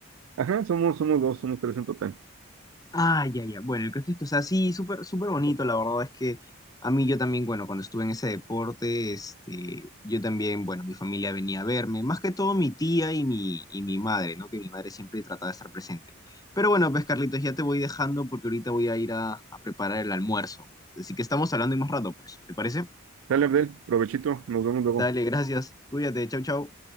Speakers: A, on the right (about 75°); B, on the left (about 20°).
A: Ajá, somos, somos dos, somos tres en total.
B: Ah, ya, ya. Bueno, el caso es que, o sea, sí, súper, súper bonito. La verdad es que a mí yo también, bueno, cuando estuve en ese deporte, este, yo también, bueno, mi familia venía a verme, más que todo mi tía y mi, y mi madre, ¿no? Que mi madre siempre trataba de estar presente. Pero bueno, pues Carlitos, ya te voy dejando porque ahorita voy a ir a, a preparar el almuerzo. Así que estamos hablando en más rato, pues. ¿Te parece?
A: Dale, Abdel, provechito, nos vemos luego.
B: Dale, gracias. Cuídate. Chau, chau.